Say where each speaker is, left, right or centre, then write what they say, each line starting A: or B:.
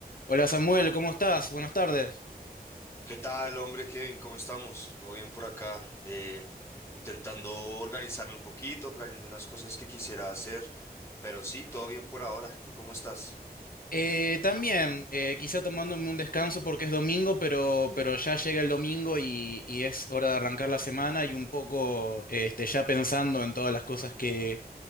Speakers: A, on the left; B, on the left.
A: Hola Samuel, ¿cómo estás? Buenas tardes.
B: ¿Qué tal, hombre Kevin? ¿Cómo estamos? ¿Todo bien por acá? Eh, intentando organizarme un poquito, planeando unas cosas que quisiera hacer, pero sí, todo bien por ahora. ¿Tú cómo estás?
A: Eh, también, eh, quizá tomándome un descanso porque es domingo, pero,
B: Mm.
A: pero ya llega el domingo y, y es hora de arrancar la semana y un poco este, ya pensando en todas las cosas que,